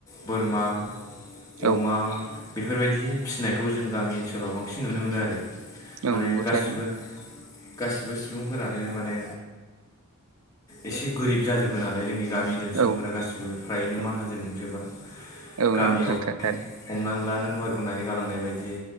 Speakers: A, on the left (about 15°); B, on the right (about 70°).
A: बोरमा अमा
B: औ
A: बेफोरबायदि फिसिनायखौ जों गामि ओनसोलाव बांसिन नुनो मोनो आरो।
B: औ
A: माने
B: नंगौ
A: गासिबो
B: थारैनो
A: गासिबो सुबुंफोरानो माने एसे गोरिब जाजोबो नालाय जोंनि गामि ओनसोल सुबुंफोरा
B: औ
A: गासिबो फ्रायैनो
B: औ
A: माहाजोन नंजोबा।
B: औ
A: गामियाव
B: नोंगौ नोथां‌।
A: हमनानै ला नों दहाय बुंनानै गालांनाय बायदि